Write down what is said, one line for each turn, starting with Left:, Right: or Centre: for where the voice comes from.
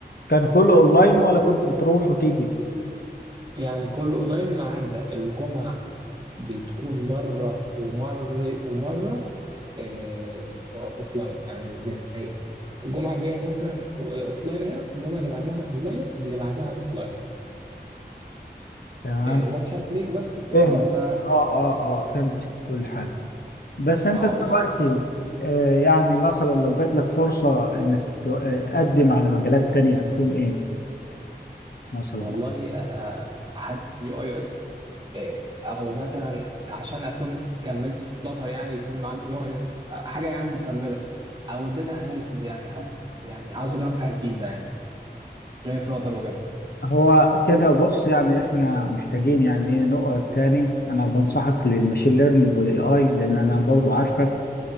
Left: كان كله اونلاين ولا كنت بتروح وتيجي
Right: يعني كله اونلاين ما عدا الجمعه بتكون مره ومره ومره آه، اوفلاين يعني ازاي الجمعه الجايه دي مثلا اوفلاين اهي الجمعه اللي بعدها اونلاين اللي بعدها اوفلاين
Left: تمام
Right: آه، وضحت ليك بس الفكره
Left: فهمت
Right: ولا
Left: اه اه اه فهمت كل حاجه بس انت
Right: اه
Left: دلوقتي
Right: يعني
Left: آه يعني مثلا لو جات لك فرصه انك ت- آه، تقدم على مجالات تانية هتكون ايه مثلا
Right: والله انا حاسس اليو اي يو اكس آه، او مثلا عشان اكون كملت في فلاتر يعني يكون معاك <laughs> يو اي يو اكس آه، حاجه يعني مكمله او الداتا اناليسز يعني حاسس يعني عاوز اجرب حاجه جديده يعني غير فلاتر وكده
Left: هو كده بص يعني احنا محتاجين يعني ايه نقعد تاني انا بنصحك للماشين ليرنينج والاي اي لان انا برضو عارفك